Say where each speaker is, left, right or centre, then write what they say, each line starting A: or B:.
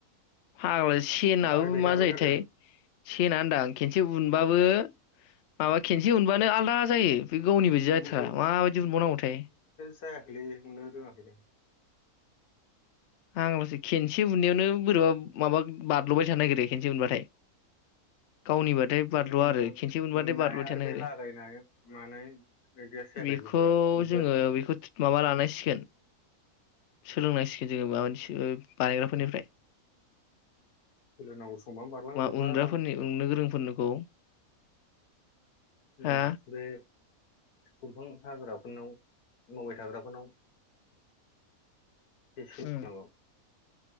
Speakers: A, on the left; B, on the left.
A: फाग्ला सेनाबो
B: बाहायबाय थायाबा
A: मा जायोथाय
B: गाज्रि
A: सेन होनदां खेनसे उन उनबाबो माबा खेनसे उनबानो आलादा जायो। बे गावनि बायदि
B: <unintelligible>
A: जाथारा माबायदि उनबावनांगौथाय
B: जायाखैलै उननो रोङाखै दां।
A: आंलसै खनसे उनायावनो बोरैबा माबा बारल'बाय थानो नागिरो खेनसे उनबाथाय। गावनिबाथाय बारल'आ
B: जोङो
A: आरो खेनसे मोनबाथाय
B: उननाय
A: बारल'बाय
B: आरो
A: थानो नागेरो
B: बे लागायनाय मानाय बिदियासो जायाखै
A: बेखौ
B: बुस्थुआ बिदिया
A: जोङो बेखौ माबा लानांसिगोन। सोलोंलाइ। जेनेबा मोनसिगोन। बानायग्राफोरनिफ्राय।
B: सोलोंनांगौ समानो बारलांजोबबाय
A: मा उनग्राफोरनि उननो गोरोंफोरनिखौ। हा
B: ओम बे। दंफां हाग्राफोरनाव मावबाय थाग्राफोरनाव। एसे सोलोंनांगौ
A: ओम।